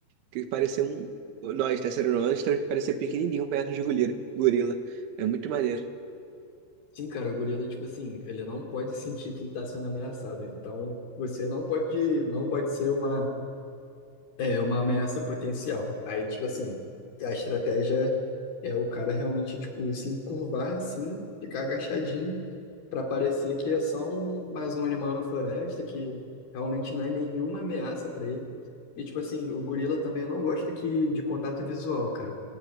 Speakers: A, on the right; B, on the left.
A: que parecia um. Nós, terceiro ano, temos que parecer pequenininho perto de gorila. gorila. É muito maneiro.
B: Sim, cara, o gorila, tipo assim, ele não pode sentir que ele tá sendo ameaçado. Então, você não pode, não pode ser uma É uma ameaça potencial. Aí, tipo assim, a estratégia é o cara realmente, tipo, se encurvar assim, ficar agachadinho, para parecer que é só um, mais um animal na floresta, que realmente não é nenhuma ameaça para ele. E, tipo assim, o gorila também não gosta que, de contato visual, cara.